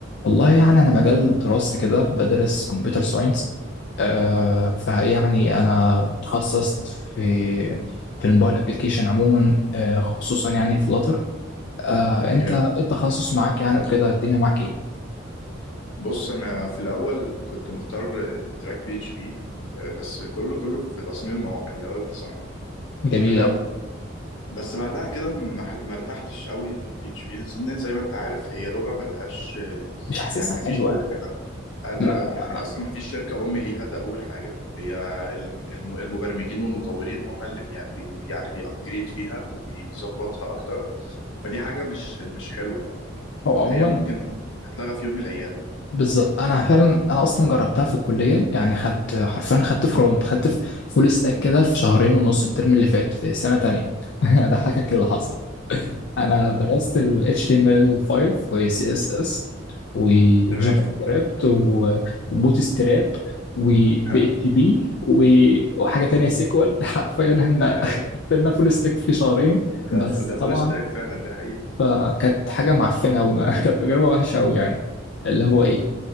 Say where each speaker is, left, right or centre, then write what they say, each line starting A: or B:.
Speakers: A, on the left (about 60°); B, on the left (about 75°).
A: والله يعني أنا مجال دراستي كده بدرس كمبيوتر ساينس آه فيعني أنا اتخصصت في في الموبايل ابلكيشن عموما آه خصوصا يعني في لاتر آه
B: جامد
A: أنت إيه التخصص معاك يعني وكده الدنيا معاك إيه؟
B: بص انا في الاول كنت مختار تراك بي اتش بي بس كله كله في تصميم المواقع اللي هو ويب ديزاين
A: جميلة
B: تمام
A: أوي.
B: بس بعدها كده ما ح- ما ارتحتش قوي للبي اتش بي لان زي ما انت عارف هي لغه ملهاش آه،
A: مش حاسسها
B: يعني ما
A: حلوة
B: فيش شركه
A: يعني
B: قادره
A: ما-
B: يعني اصلا ما فيش شركه ام ليها ده اول حاجه هي ال- الم- المبرمجين والمطورين هم اللي بي بي- بي- يعني بيأبجريد فيها وبيظبطها اكتر فدي حاجه مش مش حلوه يعني
A: هو
B: اللي
A: عموما
B: هي ممكن تتلغى في يوم من الايام
A: بالظبط أنا فعلا أنا أصلا جربتها في الكلية يعني خدت حرفيا خدت فرونت خدت فول ستاك كده في شهرين ونص الترم اللي فات في سنة تانية <laughs> أضحكك اللي حصل انا
B: قول
A: درست
B: لي
A: ال HTML5 و CSS و
B: تمام
A: جافا سكريبت وبوت ستراب و PHP
B: حلو
A: و- وحاجه تانية سيكوال <laughs> حرفيا احنا
B: حلو
A: قفلنا فول ستاك في شهرين
B: ده
A: بس
B: ده فول
A: طبعا
B: ستاك فعلا ده حقيقة
A: فكانت حاجه معفنه قوي <laughs> كانت تجربه وحشه قوي يعني اللي هو ايه